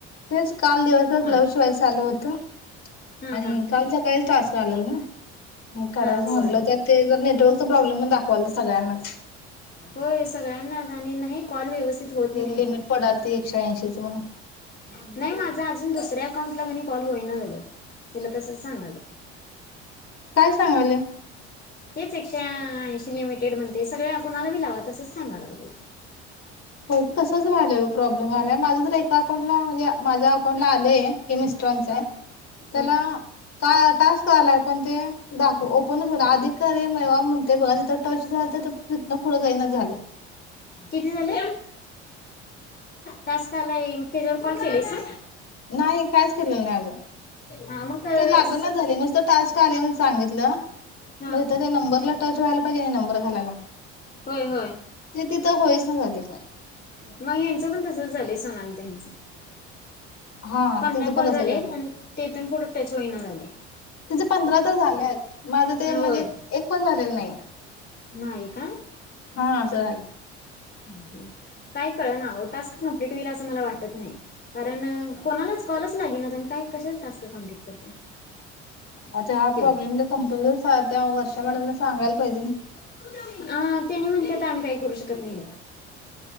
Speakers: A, on the left; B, on the left.
A: तेच काल दिवस भर
B: हा
A: ब्लाऊज शिवायच चालू होत.
B: हा
A: आणि
B: हा
A: काल सकाळीच टास्क आलेला ना मग करायच
B: हा
A: म्हटलं
B: होय
A: तर. ते जर नेटवर्कच प्रॉब्लम म्हणून दाखवायला चालोय. <inaudible>
B: होय सगळ्यांना <unintelligible> नाही कॉल व्यवस्थित होत नाही.
A: लिमिट पडाल ते एकशे ऐंशी च म्हणून.
B: नाही माझा अजून दुसऱ्या अकाउंटला काय नाही कॉल होईना झालेत तिला तसच सांगाल.
A: काय सांगाले.
B: तेच एकशे ऐंशी लिमिटेड म्हणते सगळ्या कुणाला बी लावा तसंच सांगा लागलंय ते.
A: हो तसंच व्हालंय ओ प्रॉब्लेम आल्या माझं तर एका अकाउंटला म्हणजे माझ्या अकाउंटला आले. हे मिस्टरांच य
B: हा
A: त्याला
B: हा
A: काय आता टास्क आलाय पण ते. दाखव ओपनच होईना अधिक कार्य मिळवा म्हणते <unintelligible> तिथं टच झालं तर तर तिथनं पुढं जाईना झालंय.
B: किती झाले. टास्क आलंय म त्याज्यावर कॉल केलीसा.
A: नाही कायच केलेलं नाही अजून
B: हा मग काय.
A: ते लागनाच झालय नुसतं टास्क आलाय म्हणुन सांगितल मग
B: हा
A: इथं ते नंबरला टच व्हायला पाहिजे नंबर घाला.
B: होय होय
A: <unintelligible> ते तिथं होईच ना झाले काय.
B: मग ह्याच पण तसच झालंय सोनाली ताईंच.
A: हा
B: पंधरा
A: तिचं पण
B: कॉल
A: तसं
B: झाले
A: झालं
B: आणि तेथून पुढं टच होईना झालयं.
A: तुझे पंधरा तर झालेत माझं ते
B: हा होय
A: म्हणजे एक पण झालेलं नाही.
B: नाही का?
A: हा असं झालय.
B: हम्म काय कळना ओ टास्क कंम्प्लीट होईल असं मला वाटत नाही. कारण कोणालाच कॉलच लागे ना काय? कशाच टास्क कंम्प्लीट करतोय.
A: आता हा
B: त्यो
A: प्रॉब्लेम तर कंपनीला त्या वर्षा मॅडमला सांगायला पाहिजे ना.
B: <inaudible> आ त्यानी म्हणत्यात आम्ही काही करू शकत नाही. त्याला